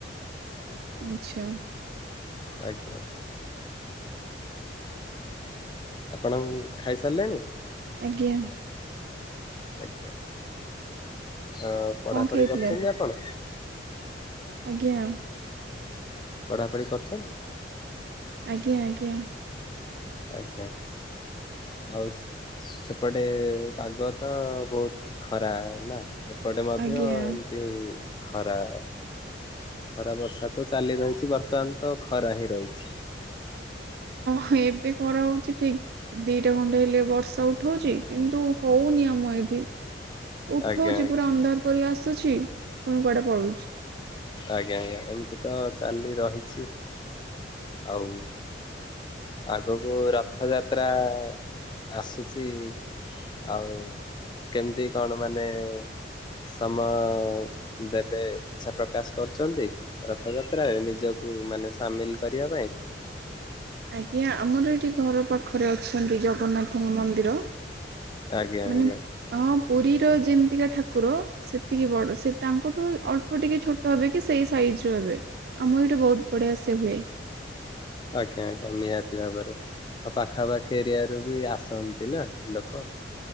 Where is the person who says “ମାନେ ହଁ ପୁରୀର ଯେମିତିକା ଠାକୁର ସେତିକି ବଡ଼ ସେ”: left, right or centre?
Right